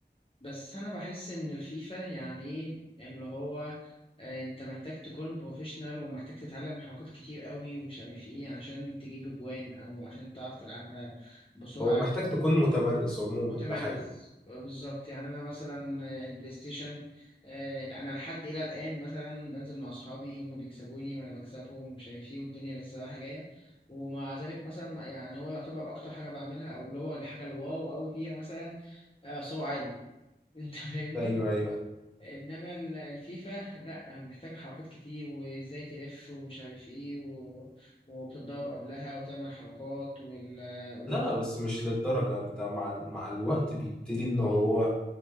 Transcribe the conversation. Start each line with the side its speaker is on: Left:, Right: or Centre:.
Left: بس انا بحس ان الفيفا يعني ايه اللي هو آه، انت محتاج تكون بروفيشنال ومحتاج تتعلم حركات كتير قوي ومش عارف ايه عشان تجيب اجوان او عشان تعرف تلعبها بسرعة
Centre: هو محتاج تكون متمرس عموما
Left: متمرس
Centre: ده حقيقي
Left: بالظبط يعني انا مثلا آه، البلاي ستيشن آه، انا لحد الى الان مثلا بنزل مع اصحابي هم بيكسبوني وانا بكسبهم ومش عارف ايه والدنيا لسه رايحه جايه ومع ذلك مثلا يعني هو يعتبر اكتر حاجه بعملها او اللي هو الحاجه الواو قوي فيها مثلا آه، سرعه عالي <laughs> انت فاهمني
Centre: ايوه ايوه
Left: انما ال- الفيفا لا محتاجه حركات كتير وازاي تلف ومش عارف ايه و... وبتتضرب قبلها وتعمل حركات وال, وال...
Centre: لا لا بس مش للدرجة انت مع ال... مع الوقت بيبتدي ان هو